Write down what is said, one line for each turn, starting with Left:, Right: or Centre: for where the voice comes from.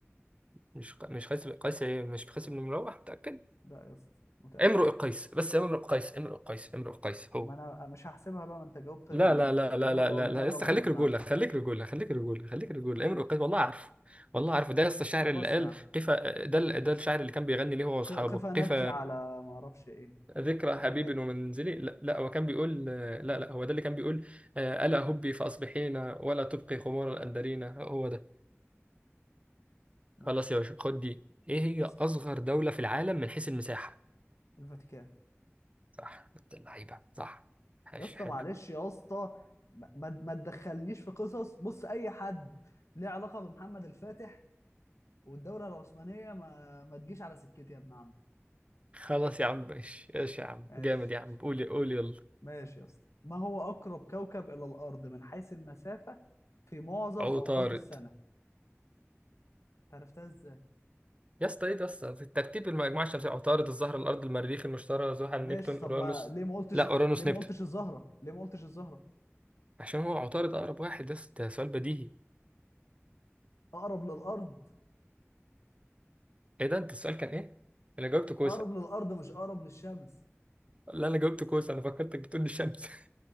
Right: مش ق... مش قيس قيس إيه؟ مش قيس بن الملوح متأكد
Left: لا يا اسطى متأكد
Right: امرؤ قيس بس امرؤ قيس امرؤ قيس امرؤ قيس هو
Left: ما انا مش هحسبها بقى ما انت جاوبت ال-
Right: لا لا لا
Left: الاجابه
Right: لا لا
Left: الاولانيه
Right: لا لا
Left: غلط
Right: لسه خليك
Left: يا ابن
Right: رجولة
Left: عم
Right: خليك رجولة خليك رجولة خليك رجولة امرؤ قيس والله عارفه والله عارفه ده لسه الشاعر
Left: خلاص
Right: اللي قال
Left: يا عم
Right: قيف ده ال- ده الشاعر اللي كان بيغني ليه هو واصحابه
Left: ق- قف نبكي
Right: قيف
Left: على ما اعرفش ايه
Right: ذكرى
Left: آه،
Right: حبيب
Left: فاكر
Right: ومنزلي لا, لا هو كان بيقول لا لا هو ده اللي كان بيقول آه، ألا هبي فأصبحين ولا تبقي خمور الأندرين هو ده
Left: ماشي
Right: خلاص يا باشا خد دي إيه هي
Left: اسال
Right: أصغر دولة في العالم من حيث المساحة
Left: الفاتيكان
Right: صح بنت اللعيبة صح ماشي
Left: يا اسطى
Right: حلو
Left: معلش يا اسطى ما ما ما تدخلنيش في قصص بص اي حد ليه علاقه بمحمد الفاتح والدوله العثمانيه ما ما تجيش على سكتي يا ابن عم
Right: خلاص يا عم ماشي ايش يا عم
Left: ماشي
Right: جامد يا عم قول قول يلا
Left: ماشي يا اسطى ما هو اقرب كوكب الى الارض من حيث المسافه في معظم
Right: عطارد
Left: اوقات السنه انت عرفتها
Right: يا اسطى ايه ده يا اسطى ترتيب المجموعة الشمسية عطارد الزهرة الأرض المريخ المشتري زحل
Left: ماشي
Right: نبتون
Left: طب
Right: أورانوس
Left: ما ليه ما قلتش
Right: لا أورانوس
Left: ليه ما
Right: نبتون
Left: قلتش الزهرة ليه ما قلتش الزهرة
Right: عشان هو عطارد أقرب واحد يا اسطى ده سؤال بديهي
Left: اقرب للارض
Right: ايه ده انت السؤال كان ايه؟ انا جاوبت كوسه
Left: اقرب للارض مش اقرب للشمس
Right: لا انا جاوبت كوسه انا فكرتك بتقول لي الشمس